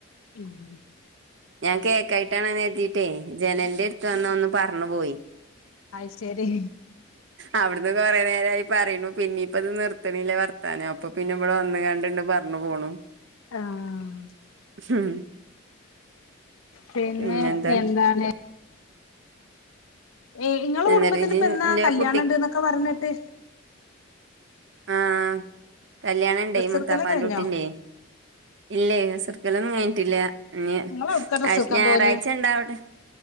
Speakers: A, on the left; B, on the right.
A: <unintelligible>
B: ഞാൻ കേക്കായിട്ടാണ്നര്തീട്ടെയ് ജനലിന്റെട്തനൊന്ന് പർണു പോയി
A: അയ്ശേരി
B: അവ്ട്ന്ന് കൊറേനേരായി പറീണു പിന്നിപ്പത് നിർത്ണില്ല വർത്താനം അപ്പൊ പ്പിന്നബടെ വന്ന് ഗാണ്ടിണ്ട് പർനു പോണു.
A: ആഹ്
B: <unintelligible>
A: പിന്നെ
B: പിന്നെന്താ
A: എന്താണ് ഏഹ് ഇങ്ങളെകുട്ബത്തിൽ
B: എന്നിട്ട് ഇജ്
A: പെന്ന
B: ഇന്റെ
A: കല്യാണണ്ട്ന്നൊക്കെ
B: കുട്ടി
A: പർനെട്ട്.
B: ആഹ് കല്യാണണ്ടേയ്
A: ഡ്രസ്സെടുക്കല്
B: മുത്താപ്പാന്റുട്ടീന്റെയ്.
A: കഴിഞ്ഞോ
B: ഇല്ലയ് അസ്ർകലൊന്നും കയ്ൻട്ടില്ല ഇനി
A: നിങ്ങള് എവിടുക്കാ ഡ്രസ്സ്
B: ആഷ്
A: എടുക്കാൻ
B: ഞാറാഴ്ച
A: പോവല്
B: ഇണ്ടാവ്ടെ